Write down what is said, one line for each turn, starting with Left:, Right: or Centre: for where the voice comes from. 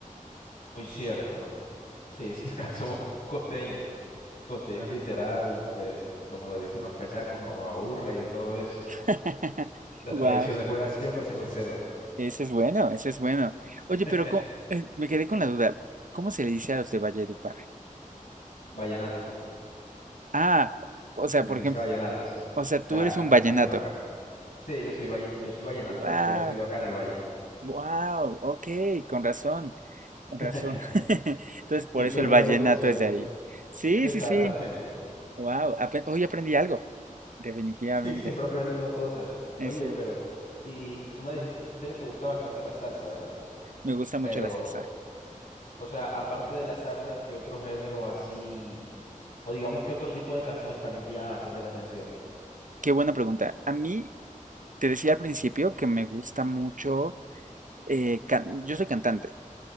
Left: Muy cierto. Sí, sí, <laughs> acá somos costeños. Costeños literal, pues, como lo dicen los cachacos, mamaburra y de todo eso.
Right: <laughs>
Left: Las
Right: Wow.
Left: tradiciones buenas siempre se conservan.
Right: Ese es bueno, ese es bueno. Oye,
Left: <laughs>
Right: pero co- eh, me quedé con la duda. ¿Cómo se le dice a los de Valledupar?
Left: Vallenato,
Right: Ah, o sea,
Left: se les
Right: por
Left: dice
Right: ejemplo,
Left: vallenatos.
Right: o sea,
Left: O sea,
Right: tú eres un
Left: nacidos
Right: vallenato.
Left: acá. Sí, yo soy valle- yo soy vallenato,
Right: Wow,
Left: pues soy nacido acá en el valle.
Right: wow, ok, con razón, con
Left: <laughs>
Right: razón. <laughs> Entonces, por
Left: Siempre
Right: eso
Left: veo
Right: el vallenato
Left: la confusión
Right: es
Left: esa.
Right: de ahí. Sí,
Left: Exactamente.
Right: sí, sí.
Left: <laughs>
Right: Wow, hoy aprendí algo. Definitivamente,
Left: Sí, siempre aprende uno cosas.
Right: es
Left: Oye,
Right: cierto.
Left: pero, y tú me dijiste que te gusta bastante la salsa, ¿verdad?
Right: Me gusta mucho
Left: Pero
Right: la salsa.
Left: O sea, aparte de la salsa, ¿qué otro género así, o digamos que otro tipo de canciones también te llama bastante la atención?
Right: Qué buena pregunta. A mí, te decía al principio que me gusta mucho, eh, can- yo soy cantante.